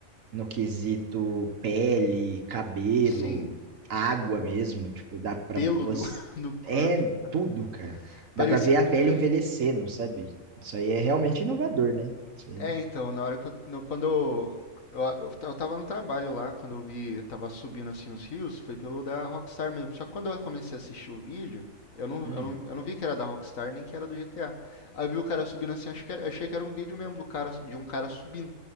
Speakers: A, on the right; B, on the left.
A: no quesito pele, cabelo,
B: sim.
A: água mesmo, tipo, dá pra
B: pelo
A: você...
B: do, <laughs> do
A: É
B: corpo, cara.
A: tudo, cara. Dá
B: Parecia.
A: pra ver a
B: no
A: pele
B: prim-
A: envelhecendo, sabe? Isso aí é realmente inovador, né? Isso aí,
B: É,
A: né?
B: então, na hora que eu. no- quando eu, eu, eu, ta- eu tava no trabalho lá, quando eu vi. Eu tava subindo assim os rios, foi pelo da Rockstar mesmo. Só que quando eu comecei a assistir o vídeo, eu não,
A: Hum.
B: eu não, eu não vi que era da Rockstar nem que era do GTA. Aí eu vi o cara subindo assim, acho que era, achei que era um vídeo mesmo do cara, de um cara subindo.